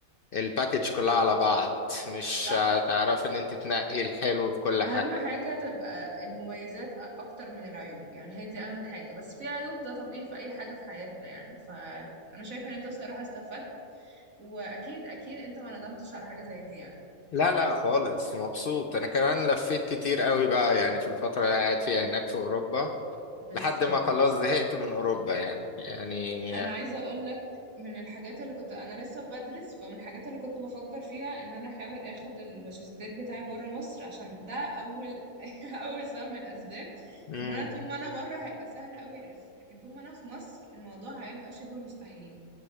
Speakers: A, on the left; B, on the right.
A: الباكج كلها على بعض مش
B: صح
A: هتعرفي ان انتي تنقي الحلو في كل حاجة
B: اهم حاجه تبقى المميزات أ- اكتر من العيوب يعني هي دي اهم حاجه بس في عيوب ده طبيعي في اي حاجه في حياتنا يعني فانا شايفه ان انت الصراحه استفدت واكيد اكيد انت ما ندمتش على حاجه زي دي يعني
A: لا لا خالص مبسوط انا كمان لفيت كتير قوي بقى يعني في الفترة اللي قاعد فيها هناك في اوروبا
B: بالظبط
A: لحد ما خلاص زهقت من اوروبا يعني يعني
B: انا عايزه اقول لك من الحاجات اللي كنت انا لسه بدرس فمن الحاجات اللي كنت بفكر فيها ان انا احاول اخد الماجستير بتاعي بره مصر عشان ده اول <laughs> اول سبب من الاسباب
A: مم.
B: ان انا طول ما انا بره هيبقى سهل قوي الف لكن طول ما انا في مصر الموضوع هيبقى شبه مستحيل